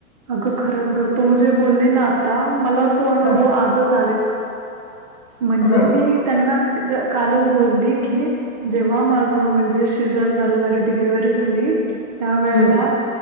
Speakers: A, on the right; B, on the left.
A: अगं खरंच ग तू जे बोलली ना आता मला तो अनुभव
B: हा
A: आजच म्हणजे
B: हा
A: मी त्यांना कालच बोलली की, जेव्हा माझ म्हणजे शिजर झालं माझी डिलिव्हरी झाली त्या वेळेला
B: हम्म